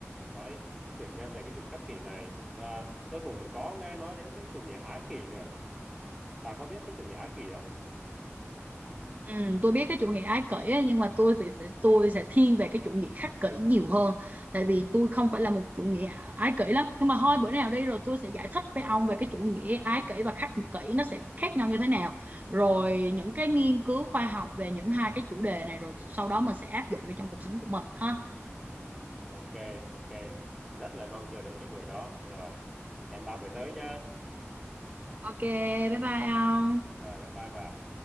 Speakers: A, in the centre; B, on the right.
A: nói, nói chuyện thêm về cái chủng khắc kỷ này và tôi cũng có nghe nói đến cái chủ nghĩa ái kỷ nữa bà có biết cái chủ nghĩa ái kỷ không
B: Ừ, tôi biết cái chủ nghĩa ái kỷ ấy, nhưng mà tôi sẽ, sẽ tôi sẽ thiên về cái chủ nghĩa khắc kỷ nhiều hơn tại
A: ừ,
B: vì tôi không phải là một chủ nghĩa ái kỷ lắm nhưng mà thôi
A: ừ,
B: bữa nào đi rồi tôi sẽ giải thích với ông về cái chủ nghĩa ái kỷ và khắc kỷ nó sẽ khác nhau như thế nào rồi
A: ừ,
B: những cái nghiên cứu khoa học về những hai cái chủ đề này rồi sau đó mình sẽ áp dụng vô trong cuộc sống của mình ha
A: ừ, ừ. ok ok rất là mong chờ đến cái buổi đó rồi hẹn ba buổi tới nha
B: ok bye bye ông
A: rồi bye bye bà